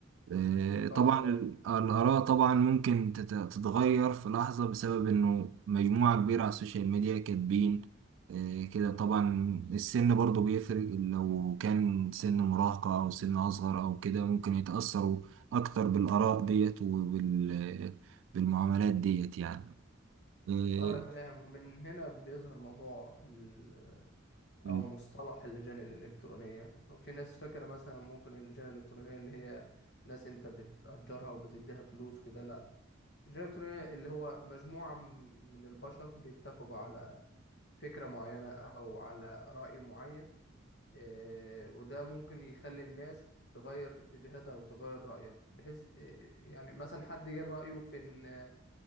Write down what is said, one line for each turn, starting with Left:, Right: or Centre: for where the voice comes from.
Right: آه، طبعا
Left: اه فاهم
Right: ال- الآراء طبعا ممكن تت- تتغير في لحظة بسبب إنه مجموعة كبيرة على السوشيال ميديا كاتبين آه، كده طبعا السن برضو بيفرق لو كان سن مراهقة أو سن أصغر أو كده ممكن يتأثروا أكتر بالآراء ديت وبالمعاملات ديت يعني آه،
Left: أنا فاهم ومن هنا بيظهر موضوع ال
Right: مم.
Left: أو مصطلح اللجان الإلكترونية وفي ناس فاكرة مثلا ممكن اللجان الإلكترونية اللي هي ناس أنت بتأجرها وبتديها فلوس وكده لأ اللجان الإلكترونية اللي هو مجموعة م- من البشر بيتفقوا على فكرة معينة أو على رأي معين آه، وده ممكن يخلي الناس تغير اتجاهاتها او تغير رأيها بحيث آه، يعني مثلا حد جه رأيه في ان